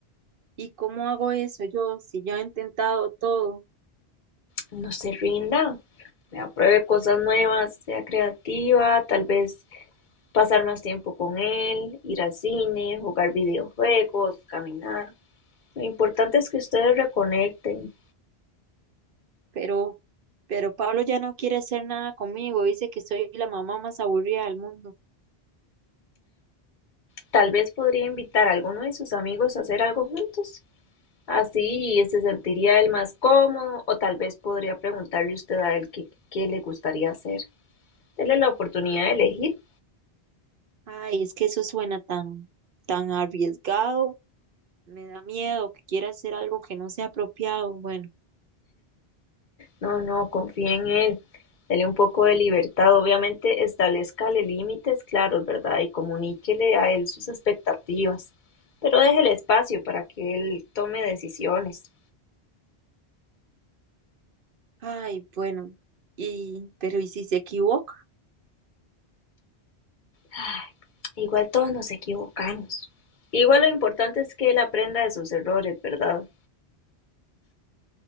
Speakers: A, on the right (about 60°); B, on the left (about 50°).
A: ¿Y cómo hago eso yo si ya he intentado todo?
B: No se rinda, vea, pruebe cosas nuevas, sea creativa, tal vez pasar más tiempo con él, ir al cine, jugar videojuegos, caminar. Lo importante es que ustedes reconecten.
A: Pero, pero Pablo ya no quiere hacer nada conmigo. Dice que soy la mamá más aburrida del mundo.
B: Tal vez podría invitar a alguno de sus amigos a hacer algo juntos. Así se sentiría él más cómodo, o tal vez podría preguntarle usted a él qué, qué le gustaría hacer. Dele la oportunidad de elegir.
A: Ay, es que eso suena tan, tan arriesgado Me da miedo que quiera hacer algo que no sea apropiado. Bueno,
B: No, no, confíe en él. Dele un poco de libertad. Obviamente, establezcale límites claros, ¿verdad? Y comuníquele a él sus expectativas. Pero déjele espacio para que él tome decisiones.
A: ay, bueno. Y, pero ¿y si se equivoca?
B: Ay, igual todos nos equivocamos. Igual lo importante es que él aprenda de sus errores, ¿verdad?